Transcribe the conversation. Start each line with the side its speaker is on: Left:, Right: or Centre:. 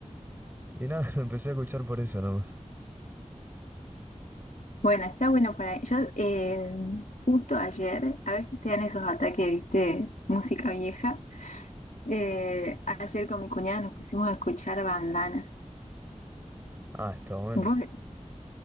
Right: y nada, lo empecé a escuchar por eso nomás.
Left: Bueno, está bueno para yo eh, justo ayer, a veces te dan esos ataques, viste, música vieja. Eh, ayer con mi cuñada nos pusimos a escuchar bandana.
Right: Ah, está bueno.
Left: Vos,